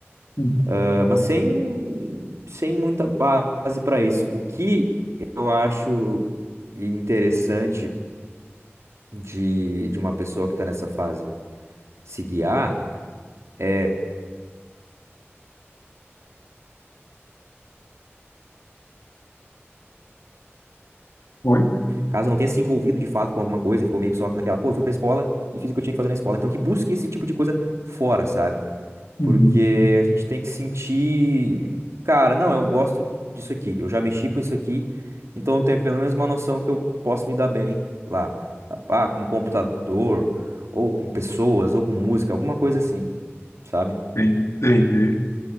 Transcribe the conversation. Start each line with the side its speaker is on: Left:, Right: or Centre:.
Left: uhum.
Right: Ah, Mas sem, sem muita base para isso. O que eu acho interessante de, de uma pessoa que está nessa fase se guiar é,
Left: Oi?
Right: caso não tenha se envolvido de fato com alguma coisa, ficou meio que só naquela, pô, eu fui pra escola e fiz o que eu tinha que fazer na escola. Então que busque esse tipo de coisa fora, sabe?
Left: Uhum.
Right: Porque a gente tem que sentir, cara, não, eu gosto disso aqui, eu já mexi com isso aqui, então eu tenho pelo menos uma noção que eu posso me dar bem lá, tá? Ah, com computador, ou com pessoas, ou com música, alguma coisa assim, sabe?
Left: Entendi. entendi.